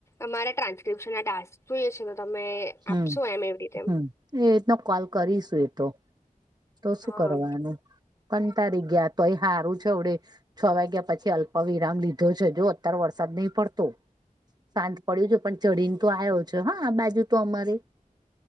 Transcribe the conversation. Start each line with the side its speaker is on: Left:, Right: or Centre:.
Left: અમારે ટ્રાન્સ ક્રીપ્સનના ટાસ્ક જોઈએ છે તો તમે
Right: હમ
Left: આપશો એમ એવી રીતે
Right: હમ એ રીતનો કોલ કરીશું એ તો. તો શું
Left: હા
Right: કરવાનું. કંટાળી ગયા તોય હારું છે અવડે છ વાગ્યા પછી અલ્પ વિરામ લીધો છે. જો અત્યારે વરસાદ નહીં પડતો. શાંત પડ્યું છે પણ ચડીને તો આયો છે હા આ બાજુ તો અમારે.